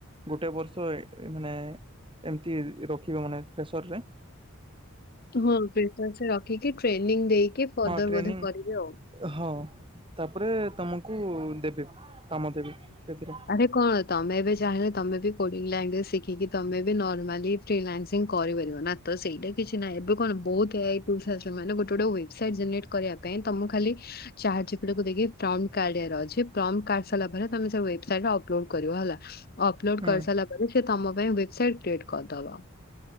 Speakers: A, on the right; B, on the left.
A: ଗୋଟେ ବର୍ଷ ଏ ଏ ମାନେ ଏମିତି ରଖିବେ ମାନେ ଫ୍ରେସରରେ।
B: ହଲ୍ ପ୍ରିଟେସେ ରେଖିକି ଟ୍ରେନିଂ ଦେଇକି ଫର୍ଦର୍
A: ହଁ ଟ୍ରେନିଂ
B: ବୋଧେ କରିବେ ଆଉ।
A: ହଁ ତାପରେ ତୋମକୁ ଦେବେ କାମ ଦେବେ ସେଥିରେ।
B: ଆରେ କଣ ତୋମେ ବି ଚାହିଁଲେ ତୋମେ ବି କୋଡ଼ିଂ ଲାଙ୍ଗୁଏଜ୍ ଶିଖିକି ତୋମେ ବି ନର୍ମାଲି ଫିଲାନ୍ସିଂ କରିପାରିବ ନା। ତ ସେଇଟା କିଛି ନାହିଁ, ଏବେ କଣ ବହୁତ ଏଆଇ ଟୁଲ୍ସ ଆସିବ ମାନେ ଗୋଟେ ଗୋଟେ ୱେବ୍ସାଇଟ୍ ଜେନେରେଟ୍ କରିବା ପାଇଁ ତୋମକୁ ଖାଲି ଚାଟ୍ ଜିପିଟିକୁ ଦେଖି ପ୍ରମ୍ କାଢିବାର ଅଛି, ପ୍ରମ୍ କାଢ଼ିସାରିଲା ପରେ ତୋମେ ସବୁ ଏ ସାଇଲେ ଅପଲୋଡ୍ କରିବ ହେଲା, ଅପଲୋଡ଼୍
A: ହୁଁ
B: କରିସାରିଲା ପରେ ସେ ତୋମ ପାଇଁ ୱେବ୍ସାଇଟ୍ କ୍ରିଏଟ୍ କରିଦବ।